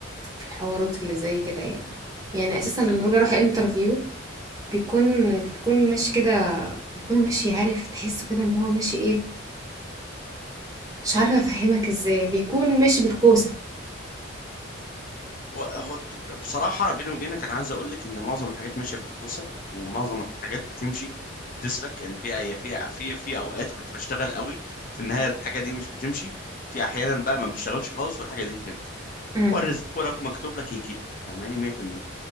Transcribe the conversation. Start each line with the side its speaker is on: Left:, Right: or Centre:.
Right: في الحوارات اللي زي كده يعني يعني اساسا
Left: في
Right: لما
Left: ال...
Right: باجي اروح انترفيو بيكون بتكون ماشي كده بيكون ماشي عارف تحسه كده ان هو ماشي ايه مش عارفة افهمك ازاي بيكون ماشي بالكوسة
Left: هو هو بصراحة بيني وبينك أنا عايز أقول لك إن معظم الحاجات ماشية بالكوسة ومعظم الحاجات بتمشي تسلك يعني في أي في في في أوقات كنت بشتغل قوي في النهاية الحاجة دي مش بتمشي وفي أحيانا بقى ما بشتغلش خالص والحاجة دي بتمشي
Right: امم
Left: هو الرزق ولو مكتوب لك يجي لك فاهماني 100%